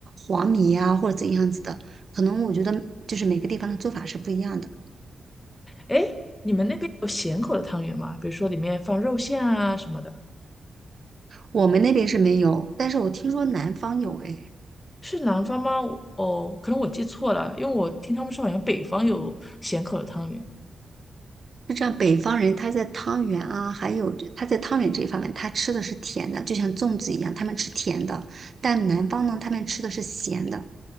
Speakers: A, on the right (about 45°); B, on the left (about 20°).
A: 黄米啊或者怎样子的。可能我觉得就是每个地方的做法是不一样的，
B: 哎，你们那边有咸口的汤圆吗？比如说里面放肉馅啊什么的，
A: 我们那边是没有，但是我听说南方有哎。
B: 是南方吗？哦，可能我记错了，因为我听他们说好像北方有咸口的汤圆。
A: 就这样，北方人他在汤圆啊，还有就他在汤圆这一方面，他吃的是甜的，就像粽子一样，他们吃甜的；但南方呢，他们吃的是咸的。